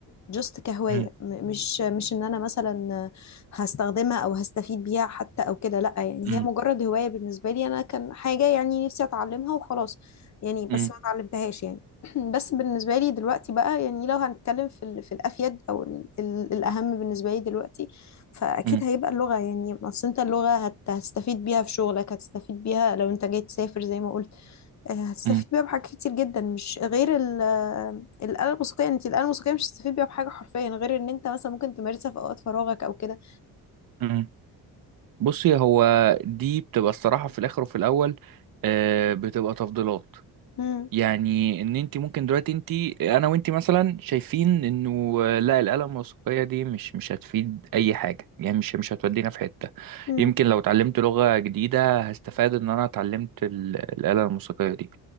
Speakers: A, on the left; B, on the right.
A: جست كهواية
B: مم،
A: م- مش مش ان انا مثلا هستخدمها او هستفيد بيها حتى او كده لا يعني
B: مم،
A: هي مجرد هواية بالنسبة لي انا كان حاجة يعني نفسي اتعلمها وخلاص يعني بس
B: مم،
A: ما اتعلمتهاش يعني <clears throat> بس بالنسبة لي دلوقتي بقى يعني لو هنتكلم في ال- في الافيد او ال- ال- الاهم بالنسبة لي دلوقتي فاكيد
B: مم،
A: هيبقى اللغة يعني اصل انت اللغة هت- هتستفيد بيها في شغلك هتستفيد بيها لو انت جاي تسافر زي ما قلت آه، هتستفيد
B: مم،
A: بيها بحاجات كتير جدا مش غير ال- آه، الآلة الموسيقية انت الآلة الموسيقية مش هتستفيد بيها بحاجة حرفيا غير ان انت مثلا ممكن تمارسها في اوقات فراغك او كده
B: مم. بصي هو دي بتبقى الصراحة في الآخر وفي الأول آه، بتبقى تفضيلات
A: مم،
B: يعني ان انت ممكن دلوقتي انت انا وانت مثلا شايفين انه لا الاله الموسيقيه دي مش مش هتفيد اي حاجه يعني مش مش هتودينا في حته
A: مم،
B: يمكن لو اتعلمت لغه جديده هستفاد ان انا اتعلمت ال- الاله الموسيقيه دي